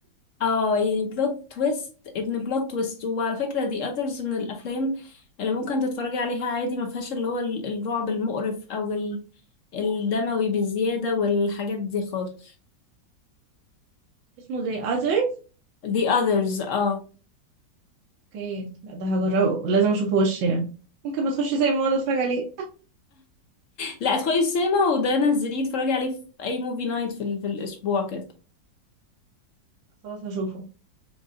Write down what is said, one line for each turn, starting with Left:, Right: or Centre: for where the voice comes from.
Left: اه يعني بلوت تويست ابن بلوت تويست وعلى فكرة دي اذرز من الافلام اللي ممكن تتفرجي عليها عادي ما فيهاش اللي هو ال- الرعب المقرف او ال- الدموي بزيادة والحاجات دي خالص
Right: اسمه زي اذر
Left: The others اه
Right: اوكي لا ده هجربه لازم اشوفه وش يعني ممكن ما تخش زي ما اقعد اتفرج عليه
Left: لا ادخلي السينما وده نزليه اتفرجي عليه في اي موفي نايت في, ال- في الاسبوع كده
Right: خلاص هشوفه